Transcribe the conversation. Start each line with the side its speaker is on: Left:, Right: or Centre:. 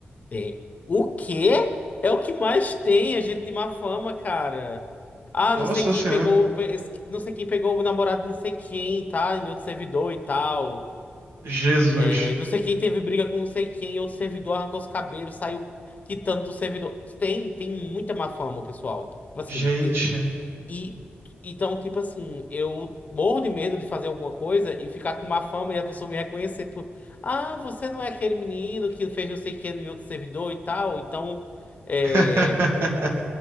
Left: tem. O quê? É o que mais tem, a gente de má fama, cara. Ah,
Right: Nossa
Left: não sei quem
Right: Senhora.
Left: pegou, pe- esse- não sei quem pegou o namorado de não sei quem, tá? Em outro servidor e tal.
Right: Jesus.
Left: É, não sei quem teve briga com não sei quem, outro servidor arrancou os cabelos, saiu quitando do servidor. Tem, tem muita má fama, pessoal. Tipo Assim,
Right: Gente.
Left: quem E então, tipo assim, eu morro de medo de fazer alguma coisa e ficar com má fama e a pessoa me reconhecer, tipo, ah, você não é aquele menino que fez não sei o que em outro servidor e tal. Então, é,
Right: <laughs>